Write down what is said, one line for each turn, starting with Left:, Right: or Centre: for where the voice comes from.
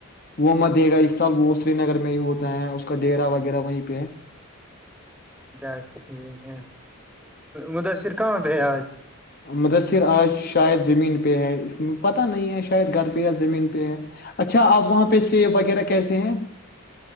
Left: وہ مت دے گا اس سال وہ سری نگر کے میں ہی ہوتا ہے اس کا ڈرا وغیرہ وہیں پہ ہے
Centre: اچھا ٹھیک ہے مدسر کہاں پہ ہے آج
Left: مدثر آج شاید زمین پہ ہے اس پتہ نہیں ہے شاید گھر پہ یا زمین پہ ہے اچھا آپ وہاں پہ سیب وغیرہ کیسے ہیں